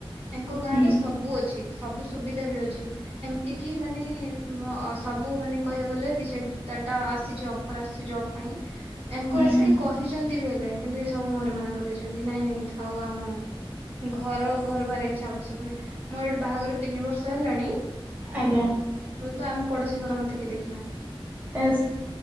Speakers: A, on the right (about 85°); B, on the right (about 20°).
A: ଏଙ୍କ ଗାଁ
B: ହୁଁ
A: ରେ ସବୁ ଅଛି ସବୁ ସୁବିଧା ବି ଅଛି ଏମତି କିି ମାନେ ସବୁ ମାନେ କହିବାକୁ ଗଲେ ଦ ତାଟା ଆସିଛି ଅଫର ଆସିଛି ଜିବା ପାଇଁ। ଏହାଙ୍କୁ
B: ହୁଁ
A: ଆସିକି
B: ହୁଁ
A: କହିଛନ୍ତି ବି ହେଲେ କିନ୍ତୁ ଏସବୁ ମୁହରେ ମନା କରିଦେଇଛନ୍ତି ନାଇଁ ନାଇଁ ଥାଉ ଆମ ଘର ଆ ଘରୁ ବାହାରାରେ କିଛି ଆବଶ୍ୟକ ନାହିଁ ମୋର ଏଠି ବାହାଘର ତିନି ବର୍ଷ ହେଲାଣି।
B: ଆଜ୍ଞା।
A: ତ ଆମେ ପଡୋଶୀ ଘର ମତେ କିଏ ଦେଖିନାହାନ୍ତି।
B: ଏ